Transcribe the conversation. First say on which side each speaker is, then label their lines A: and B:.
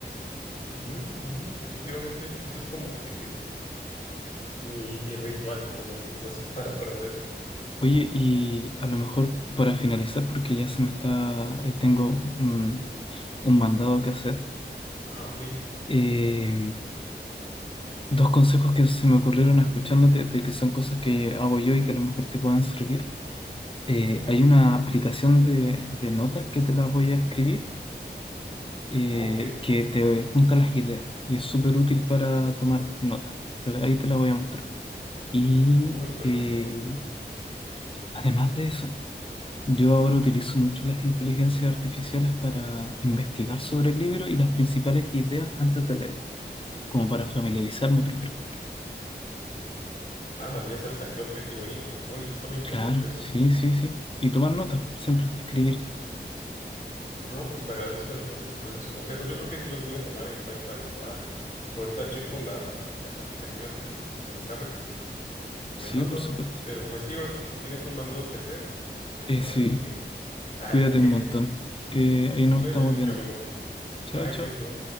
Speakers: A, on the left; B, on the left.
A: Ujú, ujú. Efectivamente, eso es como que mi, mi ritual, por decirlo así, <laughs> para aprender.
B: Oye, y a lo mejor para finalizar, porque ya se me está, eh, tengo un, un mandado que hacer,
A: Ah, ok.
B: eh, dos consejos que se me ocurrieron escuchándote, de que son cosas que hago yo y que a lo mejor te puedan servir. Eh,
A: ujú,
B: hay una aplicación de, de notas que te la voy a escribir, eh,
A: ah, Ok.
B: que te junta las ideas y es súper útil para tomar notas. Te la- Ahí te la voy a mostrar. Y
A: Oye, perfecto.
B: eh,
A: ujú.
B: además de eso... Yo ahora utilizo mucho las inteligencias artificiales para investigar sobre el libro y las principales ideas antes de leerlo, como para familiarizarme primero.
A: Ándale, ya sabes a qué objetivo ir, ¿no? Oye, está muy interesante
B: Claro,
A: eso.
B: sí, sí, sí. Y tomar nota, siempre, escribir.
A: No, pues te agradezco entonces pues, esos consejos. Yo creo que sí los voy a tomar en cuenta y ya ahorita checo la- la- las aplicaciones que, que me estás recomendando recomendando.
B: Sí, por supuesto.
A: Pero pues sí, ahora sí que si tienes un mandado que hacer, es
B: Eh,
A: ahora
B: sí,
A: sí que dale.
B: cuídate
A: <laughs>
B: un montón, que ahí
A: Pues
B: nos
A: cuídate
B: estamos
A: mucho,
B: viendo.
A: amigo.
B: Chao,
A: Bye,
B: chao.
A: cuídate, bye.